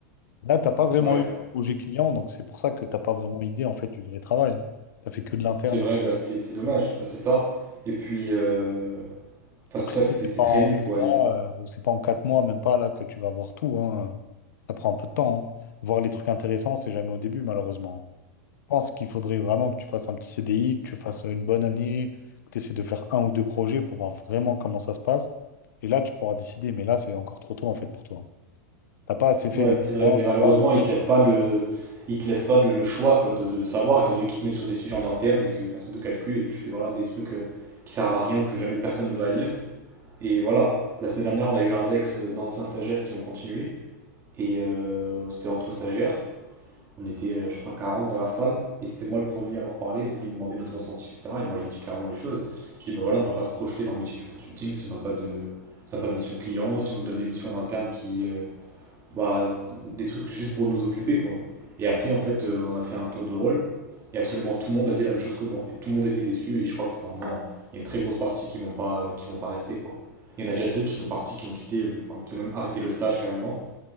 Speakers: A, on the left; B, on the right.
A: Là, t'as pas vraiment
B: Ouais,
A: eu de projet client, donc c'est pour ça que t'as pas vraiment idée en fait du vrai travail. T'as fait que de l'interne.
B: c'est vrai,
A: et
B: bah, c'est c'est dommage,
A: que-
B: bah, c'est ça. Et puis, euh, enfin,
A: Après,
B: c'est pour ça
A: tu
B: que
A: sais,
B: c'est
A: c'est
B: c'est
A: pas
B: très
A: en
B: nul
A: six
B: quoi.
A: mois euh, ou c'est pas en quatre mois, même pas là que tu vas voir tout. hein. Ça prend un peu de temps. hein. Voir les trucs intéressants, c'est jamais au début, malheureusement. Je pense qu'il faudrait vraiment que tu fasses un petit CDI, que tu fasses une bonne année, que tu essaies de faire un ou deux projets pour voir vraiment comment ça se passe. Et là, tu pourras décider. Mais là, c'est encore trop tôt en fait pour toi. T'as pas assez fait
B: Ouais,
A: d'expérience,
B: c'est vrai, mais malheureusement,
A: t'as pas vu.
B: ils te laissent pas le, ils te laissent pas le, le choix quoi, de, de savoir, étant donné qu'ils te mettent sur des sujets en interne et que personne te calcule, et tu fais voilà, des trucs euh, qui servent à rien, que jamais personne ne va lire. Et voilà, la semaine dernière, on a eu un Rex euh, d'anciens stagiaires qui ont continué, et euh, c'était entre stagiaires. On était, euh, je crois, 40 dans la salle, et c'était moi le premier à avoir parlé, donc ils me demandaient notre ressenti, etc. Et moi, j'ai dit clairement les choses. Je dis, bah voilà, on peut pas se projeter dans le métier du consulting si on n'a pas de, si on n'a pas de mission client, si on donne des missions en interne qui. euh, bah, des trucs juste pour nous occuper, quoi. Et après, en fait, euh, on a fait un tour de rôle, et absolument tout le monde a dit la même chose que moi. Et tout le monde était déçu, et je crois que vraiment, il y a une très grosse partie qui vont pas, qui vont pas rester, quoi. Il y en a déjà deux qui sont partis, qui ont quitté, euh, enfin, qui ont même arrêté le stage carrément,